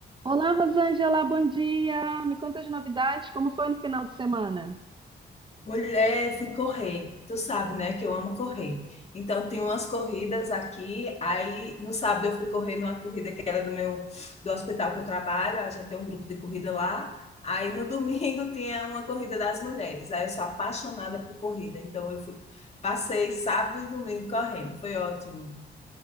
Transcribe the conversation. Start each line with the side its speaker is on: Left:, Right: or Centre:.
Right: Olá, Rosângela, bom dia. Me conta as novidades, como foi no final de semana?
Left: Mulher, fui correr. Tu sabe, né, que eu amo correr. Então, tem umas corridas aqui. Aí, no sábado, eu fui correr numa corrida que era do meu, do hospital que eu trabalho. A gente tem um grupo de corrida lá. Aí, no domingo, <laughs> tinha uma corrida das mulheres. Aí, eu sou apaixonada por corrida. Então, eu fui, passei sábado e domingo correndo. Foi ótimo.